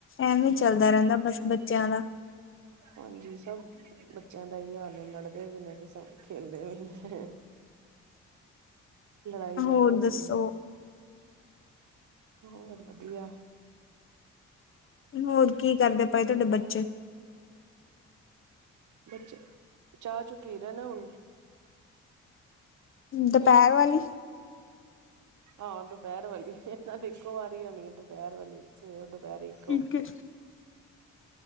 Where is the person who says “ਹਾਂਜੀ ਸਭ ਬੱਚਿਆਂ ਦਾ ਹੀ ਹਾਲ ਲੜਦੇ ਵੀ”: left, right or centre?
Right